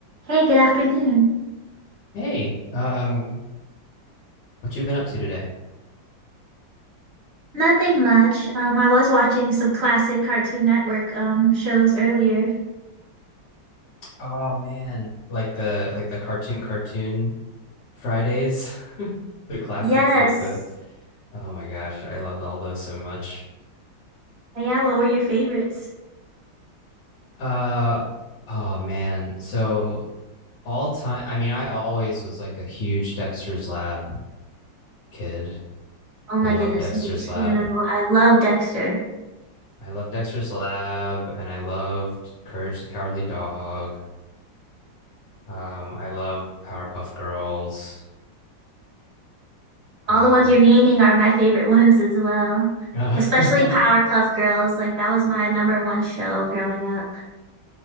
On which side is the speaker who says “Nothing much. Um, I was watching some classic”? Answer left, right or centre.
Right